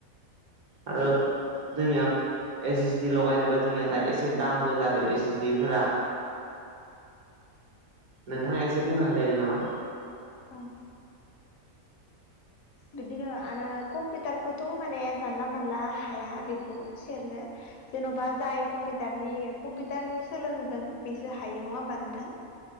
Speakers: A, on the right; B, on the left.
A: आरो जोंनिया एस एस डि लगायनोबा जोंनिया दा एसे दामबो जादों एस एसडि फोरा नोंथाङा एसे बुंनो हालायदों नामा‌।
B: औ। बिदिनो आरो कम्पिउटारखौथ' माने जानला मोनानला हाया बेखौ सेरनो। जेन'बा जाय कम्पिउटारनि कम्पिउटार सोलोंदों बेसो हायो नङा होमबा नोंथां?